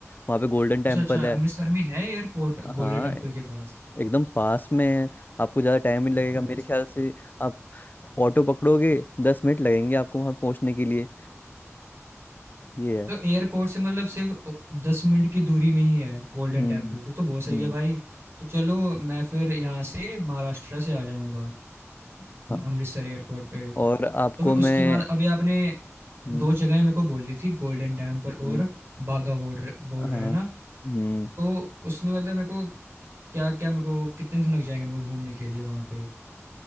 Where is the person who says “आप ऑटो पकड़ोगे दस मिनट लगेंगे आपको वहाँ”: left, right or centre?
Left